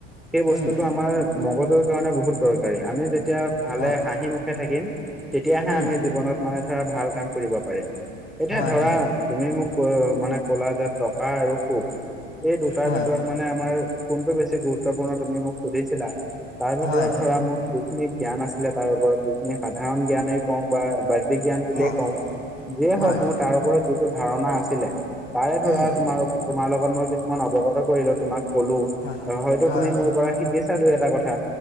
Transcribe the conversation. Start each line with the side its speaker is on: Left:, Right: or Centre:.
Centre: সেই বস্তুটো
Left: উম
Centre: আমাৰ মগজৰ কাৰণে বহুত দৰকাৰী। আমি যেতিয়া ভালে
Left: অঁ
Centre: হাঁহি মুখে থাকিম, তেতিয়াহে
Left: উম
Centre: আমি জীৱনত মানে ধৰা ভাল কাম কৰিব পাৰিম। এতিয়া
Left: হয়
Centre: ধৰা
Left: হয়
Centre: তুমি মোক ক মানে কলা যে টকা আৰু সুখ এই দুটাৰ
Left: হয়
Centre: ভিতৰত মানে আমাৰ কোনটো বেছি গুৰুত্বপূৰ্ণ তুমি মোক সুধিছিলা তাৰ ভিতৰত
Left: হয়
Centre: ধৰা মোৰ যিখিনি জ্ঞান আছিলে তাৰ ওপৰত যিখিনি সাধাৰণ জ্ঞানে কওঁ বা ব্যাজিক জ্ঞান বুলিয়ে
Left: অঁ
Centre: কওঁ। যিয়ে
Left: হয়
Centre: হওঁক মোৰ তাৰ ওপৰত যিটো ধাৰণা আছিলে তাৰে ধৰা
Left: উম
Centre: তোমাৰ-তোমাৰ লগত মই কিছুমান অৱগত কৰিলোঁ, তোমাক কলোঁ
Left: হয়
Centre: অ হয়তো
Left: হয়
Centre: তুমি
Left: হয়
Centre: মোৰ পৰা শিকিছা দুই এটা কথা,